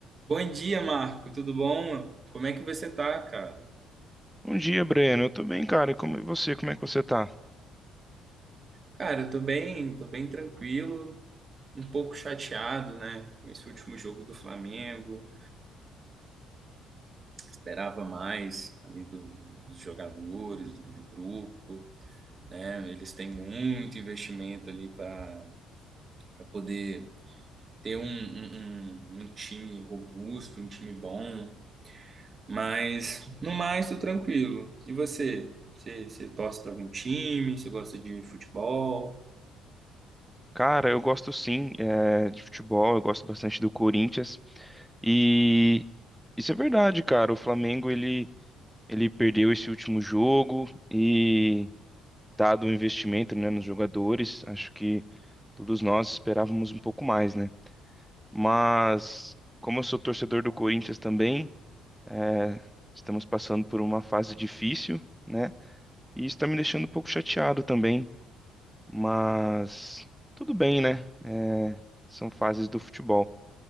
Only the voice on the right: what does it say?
Bom dia, Marco. Tudo bom? Como é que você tá, cara?
Cara, eu tô bem, tô bem tranquilo, um pouco chateado, né, com esse último jogo do Flamengo. Esperava mais ali do- do- dos jogadores, do grupo, né? Eles têm muito investimento ali para para poder ter um, um, um um time robusto, um time bom. Mas, no mais, tô tranquilo. E você? Você, você torce para algum time? Você gosta de futebol?